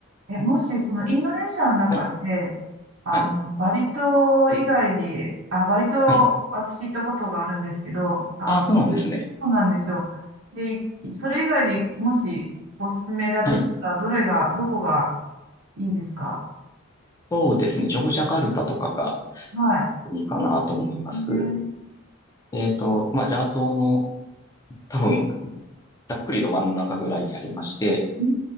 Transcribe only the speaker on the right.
え、もし、その、インドネシアの中で、
あの、
バリ島以外で、あ、バリ島、
私行ったことがあるんですけど、あの、
そうなんですよ。で、それ以外でもし、おすすめだとしたら、
どれが、どこがいいですか
はい。
えー
うん